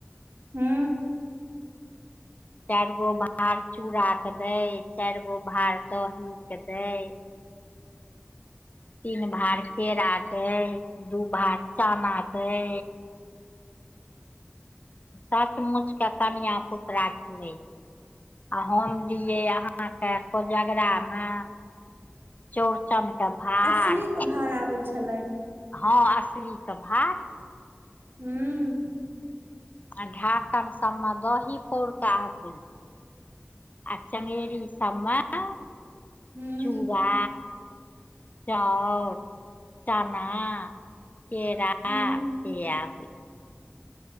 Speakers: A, on the right (about 60°); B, on the left (about 40°).
A: हू
B: चारि गो भार चूड़ के दै चारि गो भार दही के दै तीन भार केरा छैे दू भार चना छैे सच मुच के कनिआ पुतरा छलै आ हम दिये अहा के कोजगरा मे चौरचन के भार
A: असली के भार आबै छलनि
B: हँ असली के भार
A: हँ
B: आ ढाकन सब मे दही पौर आथिन आ च्गेरी सब में
A: हूं
B: चूड़ा चाउर चाना केराा
A: हूं
B: स इहा